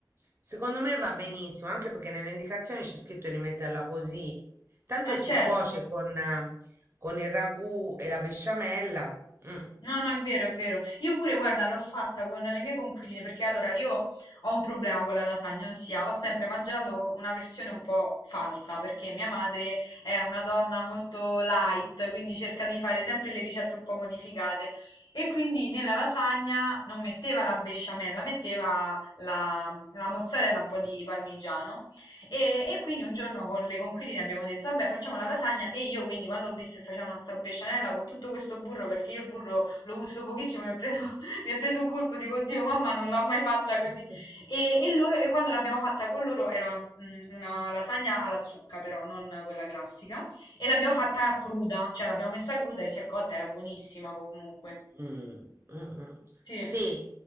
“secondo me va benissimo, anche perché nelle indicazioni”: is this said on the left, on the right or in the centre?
Right